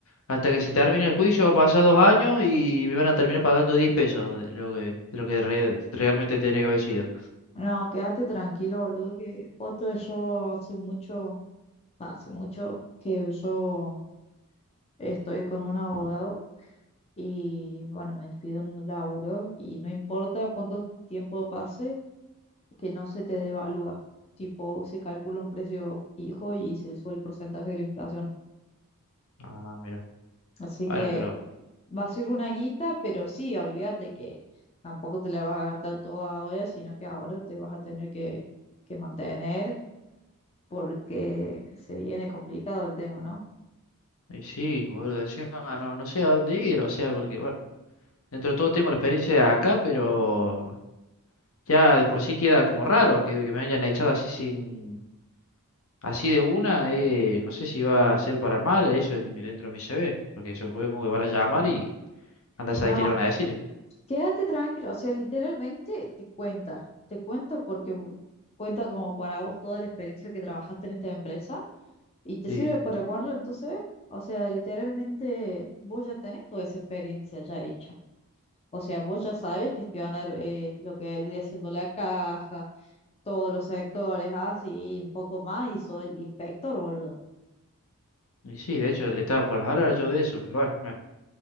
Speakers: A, on the left; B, on the left.
A: hasta que se termine el juicio, va a pasar dos años y me van a terminar pagando 10 pesos de lo que, de lo que re- realmente tendría que haber sido.
B: No, quédate tranquilo, boludo, que posta yo hace mucho. Hace mucho que yo estoy con un abogado y bueno, me despido en un laburo y no importa cuánto tiempo pase, que no se te devalúa. Tipo, se calcula un precio fijo y se le sube el porcentaje de la inflación.
A: Ah, mira.
B: Así
A: Bueno,
B: que
A: pero,
B: va a ser una guita, pero sí, olvídate que tampoco te la vas a gastar toda ahora, sino que ahora te vas a tener que, que mantener porque se viene complicado el tema, ¿no?
A: y sí, boludo, encima no, no sé a dónde ir, o sea, porque, bueno, dentro de todo tengo la experiencia de acá, pero ya de por sí queda como raro que, que me hayan echado así sin, Así de una, eh, no sé si va a ser para mal eso en, mi- dentro de mi CV, porque eso puede como que van a llamar y anda a
B: No,
A: saber qué le van a decir.
B: Quédate tranquilo, o sea, literalmente te cuenta, te cuenta porque bu- cuenta como para vos toda la experiencia que trabajaste en esta empresa y te
A: Y,
B: sirve para ponerlo en tu CV. O sea, literalmente vos ya tenés toda esa experiencia ya hecha. O sea, vos ya sabes gestionar eh, lo que vendría siendo la caja, todos los sectores, así, un poco más, y soy el inspector, boludo.
A: y sí, de hecho le estaba por hablar yo de eso, pero bueno, eh,